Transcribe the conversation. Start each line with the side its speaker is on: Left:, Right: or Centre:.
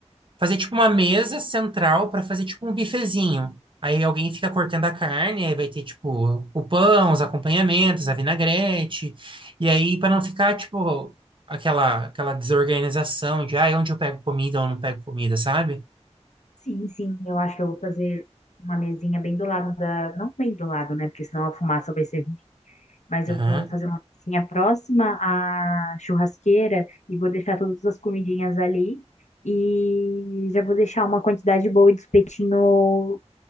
Right: Fazer tipo uma mesa central para fazer tipo um bifezinho. Aí alguém fica cortando a carne, aí vai ter tipo o pão, os acompanhamentos, a vinagrete. E aí para não ficar tipo aquela aquela desorganização de, ah, onde eu pego comida ou não pego comida, sabe?
Left: Sim, sim, eu acho que eu vou fazer uma mesinha bem do lado da, não bem do lado, né? Porque senão a fumaça vai ser mas
Right: Aham.
Left: eu vou fazer uma cozinha próxima à churrasqueira e vou deixar todas as comidinhas ali. E já vou deixar uma quantidade boa de espetinho